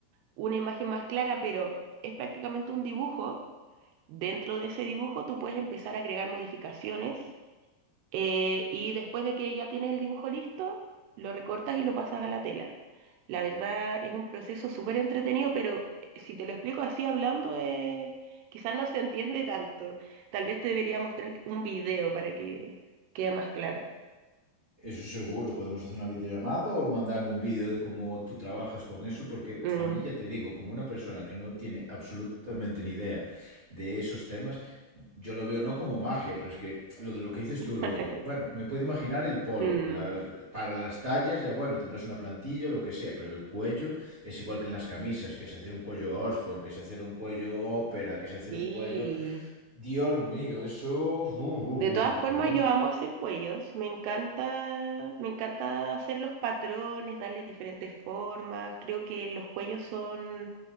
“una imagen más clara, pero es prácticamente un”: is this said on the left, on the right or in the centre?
Right